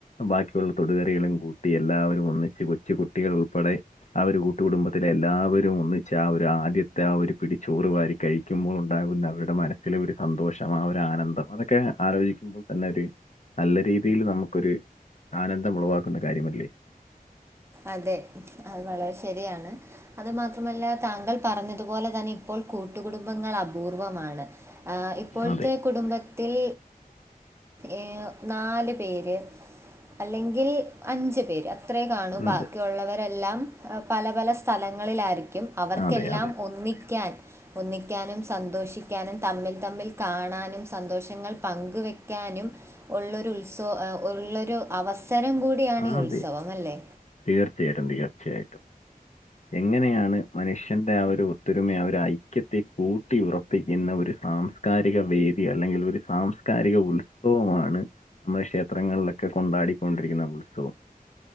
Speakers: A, on the left (about 50°); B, on the right (about 15°).
A: ബാക്കിയുള്ള തൊടുകറികളും കൂട്ടി എല്ലാവരും ഒന്നിച്ച് കൊച്ചു കുട്ടികൾ ഉൾപ്പെടെ ആ ഒരു കൂട്ട് കുുടുംബത്തിലെ എല്ലാവരും ഒന്നിച്ച് ആ ഒരു ആദ്യത്തെ ആ ഒരു പിടി ചോറ് വാരി കഴിക്കുമ്പോൾ ഉണ്ടാകുന്ന അവരുടെ മനസ്സിലെ ഒരു സന്തോഷം ആ ഒരു ആനന്ദം അതൊക്കെ ആലോചിക്കുമ്പോൾ തന്നെ ഒരു നല്ല രീതിയിൽ നമുക്കൊരു ആനന്ദം ഉളവാക്കുന്ന കാര്യമല്ലേ
B: അതെ അത് വളരെ ശരിയാണ് അത് മാത്രമല്ല താങ്കൾ പറഞ്ഞതുപോലെ തന്നെ ഇപ്പോൾ കൂട്ടുകുടുംബങ്ങൾ അപൂർവമാണ് ആഹ ഇപ്പോഴത്തെ
A: അതെ
B: കുടുംബ ൽ ഏഹ് നാല് പേര് അല്ലെങ്കിൽ അഞ്ചു പേര് അത്രേ കാണൂ ബാക്കിയുള്ളവരെല്ലാം
A: അതെ
B: പല പല സ്ഥലങ്ങളിലായിരിക്കും അവർക്കെല്ലാം
A: അതെ അതെ
B: ഒന്നിക്കാൻ ഒന്നിക്കാനും സന്തോഷിക്കാനും തമ്മിൽ തമ്മിൽ കാണാനും സന്തോഷങ്ങൾ പങ്കുവെക്കാനും ഉള്ളൊരു ഉത്സവ ഉള്ളൊരു അവസരം കൂടിയാണ് ഈ
A: അതെ
B: ഉത്സവം അല്ലേ
A: തീർച്ചയായിട്ടും തീർച്ചയായിട്ടും എങ്ങനെയാണ് മനുഷ്യന്റെ ആ ഒരു ഒത്തൊരുമയ ആ ഒരു ഐക്യത്തെ കൂട്ടി ഉറപ്പിക്കുന്ന ഒരു സാം സംസ്കാരിക വേദി അല്ലെങ്കിൽ ഒരു സാംസ്കാരിക ഉത്സവമാണ് നമ്മുടെ ക്ഷേത്രങ്ങളിലൊക്കെ കൊണ്ടാടിക്കൊണ്ടിരിക്കുന്ന ഉത്സവം